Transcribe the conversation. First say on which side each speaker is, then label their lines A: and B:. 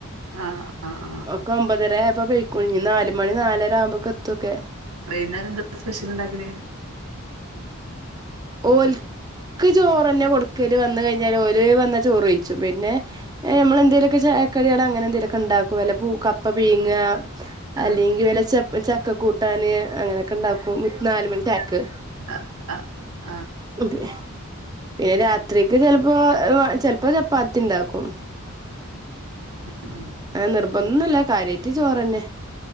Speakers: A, on the right; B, on the right.
A: ആ ആ ആ
B: ഒക്ക ഒമ്പതരായപ്പൊ പൊയ്ക്കണ്. ഇനി നാല് മണി നാലര ആവുമ്പോക്ക എത്തൊക്കെ.
A: വൈകുന്നേം എന്താ സ്പെഷ്യൽ ഉണ്ടാക്കല്?
B: ഓല്ക്ക് ചോറ്ന്നെ കൊടുക്കല്. വന്ന കഴിഞ്ഞാല്, ഓൽ വന്ന ചോറ് കഴിച്ചു. പിന്നെ, ഏ നമ്മെന്തേലൊക്കെ ചായകടി അങ്ങനെ എന്തേലൊക്കെ ഉണ്ടാക്കും. അല്ല പൂ കപ്പ പീങ്ങ,
A: ആ
B: അല്ലെങ്കി വല്ല ചപ് ചക്ക കൂട്ടാന് അങ്ങനെയൊക്കെ ഉണ്ടാക്കും നാല മണി ചായക്ക്.
A: ആഹ്‌
B: അതെ. പിന്നെ രാത്രിക്ക് ചിലപ്പോ
A: ആ,
B: ഏഹ് ചെലപ്പോ ചപ്പാത്തി ഉണ്ടാക്കും.
A: ഉം.
B: നിർബന്ധുല്ല കാര്യായിട്ട് ചോറ്ന്നെ.